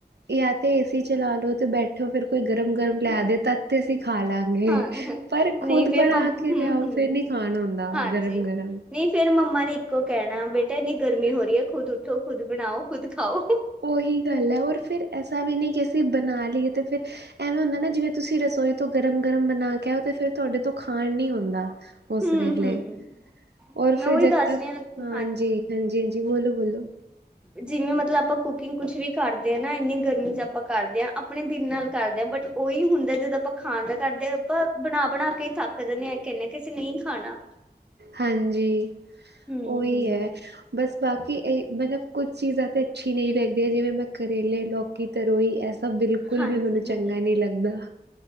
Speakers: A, on the right; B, in the centre.
A: ਯਾ ਤੇ ਚਲਾ ਲਓ ਤੇ ਬੈਠ ਫਿਰ ਕੋਈ ਗਰਮ ਗਰਮ ਲਿਆ ਦੇ ਤਦ ਤੇ ਅਸੀਂ ਖਾ ਲਾਂਗੇ
B: ਹਾਂ,
A: ਪਰ ਖੁਦ
B: ਨਹੀਂ ਫੇਰ
A: ਬਣਾ
B: ਮੰ ਹੂੰ-ਹੂੰ,
A: ਕੇ ਲਿਆਓ ਫੇਿਰ ਨੀ ਖਾਣ ਹੁੰਦਾ
B: ਹਾਂਜੀ।
A: ਗਰਮ ਗਰਮ
B: ਨਹੀਂ ਫੇਰ ਮੰਮਾ ਇੱਕੋ ਕਹਿਣਾ ਬੇਟਾ ਇੰਨੀ ਗਰਮੀ ਹੋ ਰਹੀ ਹੈ ਖੁਦ ਉੱਠੋ ਖੁਦ ਬਣਾਓ ਖੁਦ ਖਾਓ।
A: ਉਹੀ ਗੱਲ ਹੈ ਔਰ ਫੇਿਰ ਐਸਾ ਵੀ ਨਹੀਂ ਕਿ ਅਸੀਂ ਬਣਾ ਲਈ ਅਤੇ ਫਿਰ ਐਵੇਂ ਹੁੰਦਾ ਨਾ ਜਿਵੇਂ ਤੁਸੀਂ ਰਸੋਈ ਤੋਂ ਗਰਮ ਗਰਮ ਬਣਾ ਕੇ ਆਓ ਤੇ ਫਿਰ ਤੁਹਾਡੇ ਤੋਂ ਖਾਣ ਨੀ ਹੁੰਂਦਾ ਉਸ
B: ਹੂੰ-ਹੂੰ,
A: ਵੇਲੇ ਹੋਰ
B: ਮੈਂ
A: ਫਰ
B: ਉਹੀ
A: ਜਦ
B: ਦੱਸ
A: ਤੱਕ
B: ਰਹੀ ਹਾਂ
A: ਹਾਂਜੀ ਹਾਂਜੀ ਹਜੀ ਬੋਲੋ ਵੋੱਲੋ
B: ਜਿਵੇਂ ਮਤਲਬ ਆਪਾਂ ਕੁਕਿੰਗ ਕੁਛ ਵੀ ਕਰਦੇ ਆ ਨਾ ਇਨੀ ਗਰਮੀ ਚ ਆਪਾਂ ਕਰਦੇ ਆਾਂ ਆਪਣੇ ਦਿਿਲ ਨਾਲ ਕਰਦੇ ਆਾਂ ਬਟ ਉਓਹੀ ਹੁੰਦਾ ਜਦੋਂ ਆਪਾਂ ਖਾਣ ਦਾ ਕਰਦੇ ਆਪ ਬਣਾ ਬਣਾ ਕੇ ਥੱਕ ਜਾਂਦੇ ਆ ਕਹਨਦੇ ਅਸੀਂ ਨਹੀਂ ਖਾਣਾ
A: ਹਾਂਜੀ
B: ਹੂੰ-ਹੂੰ
A: ਉਹੀ ਹੈ ਬਸ ਬਾਕੀ ਇਹ ਮਤਲਬ ਕੁੱਝ ਚੀਜ਼ਾਂ ਤਾਂ ਅੱਛੀ ਨਹੀਂ ਲੱਗਦੀਆਂ ਜਿਵੇਂ ਮੈਂ ਕਰੇਲੇ ਲੌਕੀ ਤਰੋਈ ਐਸਾ ਬਿਲਕੁਲ
B: ਹਾਂਜੀ
A: ਵੀ ਮੈਨੂੰ ਚੰਗਾ
B: ਹਾਂਜੀ
A: ਨਹੀਂ ਲੱਗਦਾ